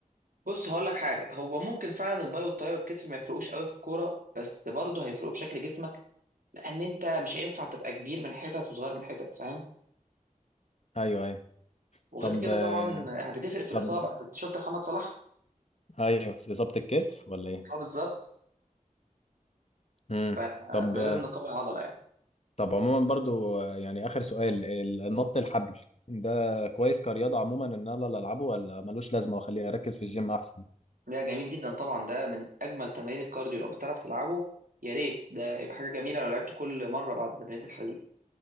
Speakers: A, on the right; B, on the left.
A: بص هقول لك حاجه هو ممكن فعلا الباي والطاي والكتف ما يفرقوش قوي في الكوره بس برضه هيفرقوا في شكل جسمك لان انت مش هينفع تبقى كبير من حتت وصغير من حتت فاهم
B: ايوه ايوه
A: وغير
B: طب
A: كده
B: آه،
A: طبعا بتفرق في
B: طب
A: الاصابه أنت شفت محمد صلاح
B: ايوه اصابه الكتف ولا ايه
A: اه بالظبط
B: امم
A: فلازم
B: طب آه،
A: نقوي العضله
B: طب عموما برضو آه، يعني اخر سؤال ال- النط الحبل ده كويس كرياضه عموما ان انا العبه ولا ملوش لازمه واخليه اركز في الجيم احسن
A: ده جميل جدا طبعا ده من اجمل تمارين الكارديو لو بتعرف تلعبه يا ريت ده يبقى حاجه جميله لو لعبت كل مره بعد تمرينة الحديد